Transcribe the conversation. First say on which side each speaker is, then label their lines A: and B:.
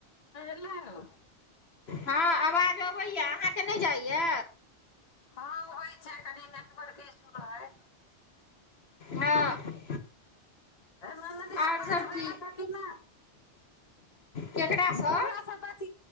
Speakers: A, on the left; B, on the left.
A: आौ
B: हँ आवाज अबैए अहाँके नहि जाइए
A: हँ होइ छै कनि नेटवर्क इश्यू रहय
B: हँ
A: न नी सब
B: आओर
A: बात भेल
B: ठीक केकरासँ
A: बौआ सब बच